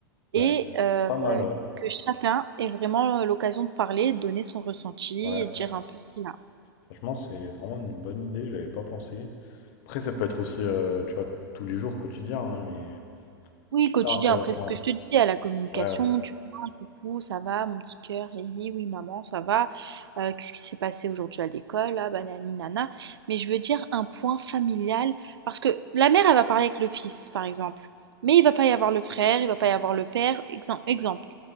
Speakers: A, on the right; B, on the left.
A: et
B: ouais.
A: euh,
B: Pas mal, ouais.
A: que chacun ait vraiment l'occasion de parler, de donner son ressenti
B: Ouais.
A: et de dire un peu ce qu'il a.
B: Franchement, c'est vraiment une bonne idée, j'avais pas pensé. Après, ça peut être aussi, euh, tu vois, tous les jours, quotidien, hein, mais
A: Oui,
B: super
A: quotidien,
B: intéressant.
A: après ce que je te dis, à la communication,
B: Ouais, ouais.
A: tu parles, coucou, ça va, mon petit cœur, hé, hé, oui, maman, ça va, euh, qu'est-ce qui s'est passé aujourd'hui à l'école, là, banani, nana. Mais je veux dire un point familial, parce que la mère, elle va parler avec le fils, par exemple, mais il va pas y avoir le frère, il va pas y avoir le père, exem- exemple.